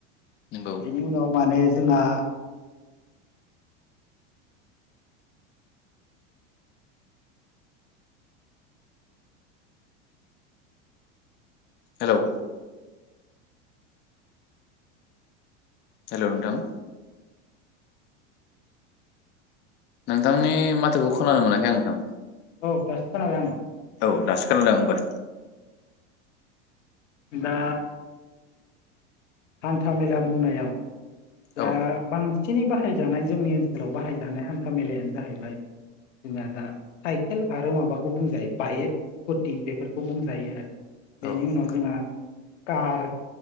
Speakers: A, on the left; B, on the left.
A: नंगौ
B: बेनि उनाव माने जोंहा
A: हेलौ हेलौ' नोंथां नोंथांनि माथोखौ खोनानो मोनाखै आं नोंथां।
B: औ दासो खोनाबाय आंङो।
A: औ दसो खोनादोंं आंबो।
B: दा हान्था मेला बुंनायाव दा
A: औ
B: बां सिनै बाहायजानाय जोंनि ओनसोलाव बाहायजानाय हान्था मेलायानो जाहैबाय जोंना दा साइकेल आरो माबाखौ बुंजायो बाइक स्कुटि बेफोरखौ बुंजायो आरो।
A: नंगौ
B: बेनि उनाव जोंहा कार